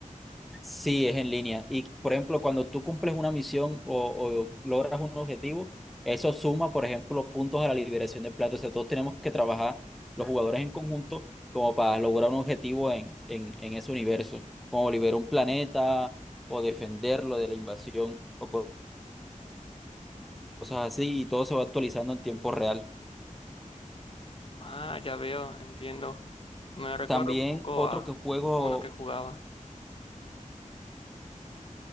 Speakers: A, in the centre; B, on the left (about 40°).
A: Sí, es en línea. Y, por ejemplo, cuando tú cumples una misión o, o logras un objetivo, eso suma, por ejemplo, puntos a la liberación de plata. O sea, todos tenemos que trabajar los jugadores en conjunto como para lograr un objetivo en, en, en ese universo, como liberar un planeta o defenderlo de la invasión o co- cosas así, y todo se va actualizando en tiempo real.
B: Ah, ya veo, entiendo. Me recuerda
A: También
B: un poco
A: otro
B: a,
A: que juego
B: a uno que jugaba.